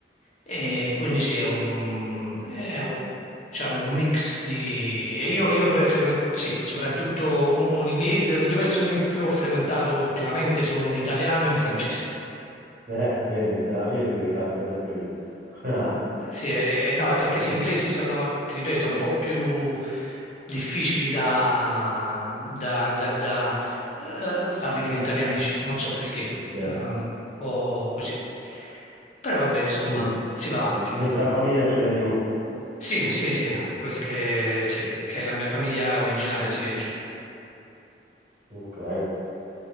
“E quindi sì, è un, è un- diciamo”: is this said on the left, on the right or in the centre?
Left